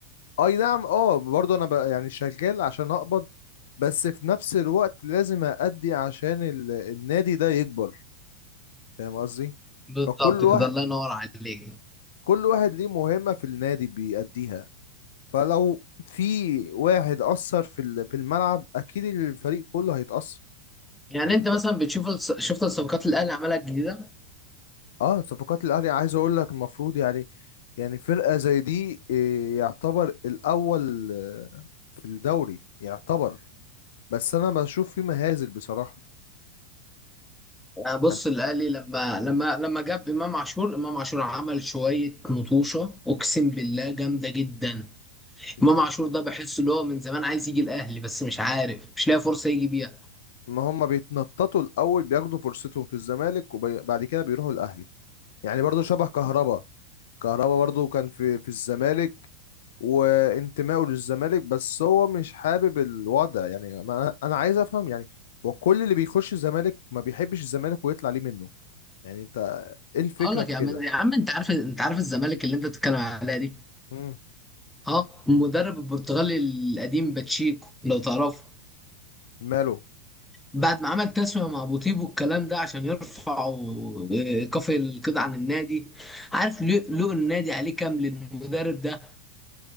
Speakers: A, on the left; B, in the centre.
A: أي نعم أه برضه أنا بقى يعني شغال عشان أقبض بس في نفس الوقت لازم أأدي عشان ال- النادي ده يكبر فاهم قصدي؟
B: بالظبط
A: فكل واحد
B: كده الله ينور عليك
A: كل واحد ليه مهمة في النادي بيأديها فلو في واحد أثر في ال- في الملعب أكيد الفريق كله هيتأثر
B: يعني
A: إن أنت
B: انت مثلا بتشوف الص- شفت الصفقات اللي الاهلي عملها الجديده
A: أه صفقات الأهلي عايز أقول لك المفروض يعني يعني فرقة زي دي إيه، يعتبر الأول آه، في الدوري يعتبر بس أنا بشوف في مهازل بصراحة
B: يعني بص
A: يعني
B: الاهلي لما لما لما جاب امام عاشور امام عاشور عمل شويه نطوشه اقسم بالله جامده جدا امام
A: آه،
B: عاشور ده بحس اللي هو من زمان عايز يجي الاهلي بس مش عارف مش لاقي فرصه يجي بيها
A: ما هم بيتنططوا الأول بياخدوا فرصتهم في الزمالك وبعد كده بيروحوا الأهلي يعني برضو شبه كهربا كهربا برضو كان في في الزمالك وانتمائه للزمالك بس هو مش حابب الوضع يعني ما انا عايز افهم يعني وكل اللي بيخش الزمالك ما بيحبش الزمالك ويطلع ليه منه يعني انت ايه الفكرة
B: اقول لك
A: في
B: يا
A: كده
B: عم يا عم انت عارف انت عارف الزمالك اللي انت بتتكلم عليها دي
A: مم.
B: ها المدرب البرتغالي القديم باتشيكو لو تعرفه
A: ماله
B: بعد ما عمل تسوية مع بوتيبو الكلام ده عشان يرفعوا آه، كفر القيد عن النادي عارف لو لو النادي عليه كام للمدرب ده